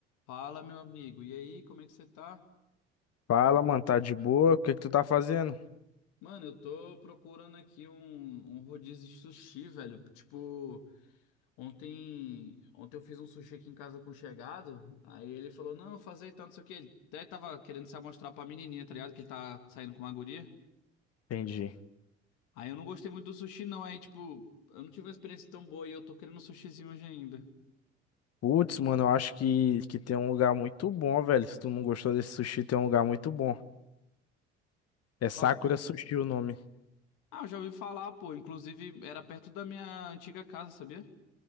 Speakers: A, on the left; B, on the left.
A: Fala, meu amigo. E aí, como é que você tá?
B: Fala, mano, tá de boa? O que que tu tá fazendo?
A: Mano, eu tô procurando aqui um, um rodízio de sushi, velho. Tipo, ontem, ontem eu fiz um sushi aqui em casa com um chegado. Aí ele falou: Não, eu fazer e tal, não sei o quê. Ele até tava querendo se amostrar pra menininha, tá ligado? Que ele tá saindo com uma guria.
B: Entendi.
A: Aí eu não gostei muito do sushi, não. Aí, tipo, eu não tive uma experiência tão boa e eu tô querendo um sushizinho hoje ainda.
B: Putz, mano, eu acho que, que tem um lugar muito bom, velho. Se tu não gostou desse sushi, tem um lugar muito bom. É
A: Qual?
B: Sakura Sushi o nome.
A: Ah, eu já ouvi falar, pô. Inclusive, era perto da minha antiga casa, sabia?